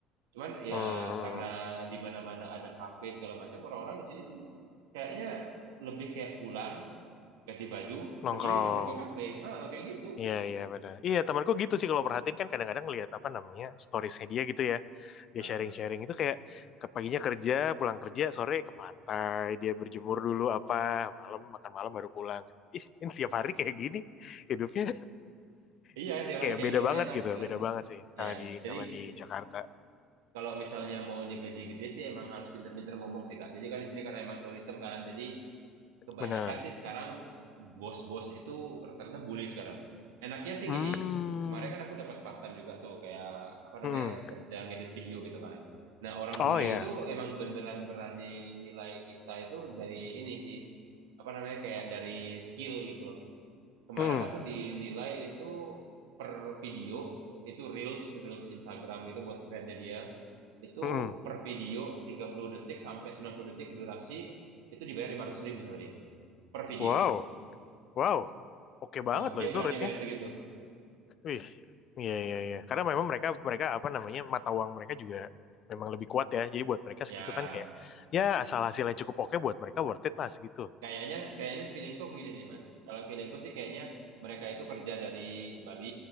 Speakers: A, on the right; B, on the left.
A: Cuman ya
B: hmm
A: karena
B: hmm.
A: di mana-mana ada kafe segala macam, orang-orang di sini sih kayaknya lebih kayak pulang ganti baju
B: nongkrong.
A: pergi nongkrong ke kafe ah ah, kayak gitu
B: Iya, iya benar. Iya, temanku gitu sih kalau perhatiin kan kadang-kadang lihat apa namanya storiesnya dia gitu ya. Dia
A: Heeh.
B: sharing-sharing itu kayak ke paginya kerja, pulang kerja, sore ke pantai, dia berjemur dulu apa, malam makan malam baru pulang. Ih, ini tiap hari kayak gini hidupnya
A: iya
B: <laughs>
A: tiap
B: kayak
A: hari kayak
B: beda
A: gitu
B: banget
A: enak
B: gitu,
A: gitu.
B: beda banget sih sama
A: ya
B: di
A: jadi
B: sama di Jakarta.
A: kalau misalnya mau gaji gede sih emang harus pinter-pinter ngomong sih kak jadi kan di sini karena emang tourism kan jadi kebanyakan
B: Benar.
A: sih sekarang bos-bos itu rata-rata bully sekarang enaknya sih
B: Hmm.
A: gini kemarin kan aku dapat part time juga tuh kayak apa namanya
B: Hmm.
A: kerja ngedit video gitu kan nah orang
B: Oh
A: bule
B: ya.
A: itu emang beneran berani nilai kita itu dari ini sih apa namanya kayak dari skill gitu loh Kemarin
B: Hmm.
A: aku dinilai itu per video, itu Reels, Reels Instagram gitu buat brandnya dia. Itu
B: Hmm.
A: per video 30 detik sampai 90 detik durasi, itu dibayar lima ratus ribu sama dia. Per video.
B: Wow. Wow. Oke banget
A: Heeh,
B: loh
A: dia
B: itu
A: berani
B: rate-nya.
A: bayar segitu.
B: Wih, iya iya iya. Karena memang mereka mereka apa namanya mata uang mereka juga memang lebih kuat ya. Jadi buat mereka
A: Ya,
B: segitu kan kayak ya asal hasilnya cukup oke buat mereka worth it lah segitu.
A: Kayaknya, kayaknya feelingku gini sih, Mas. Kalau feelingku sih kayaknya mereka itu kerja dari Bali,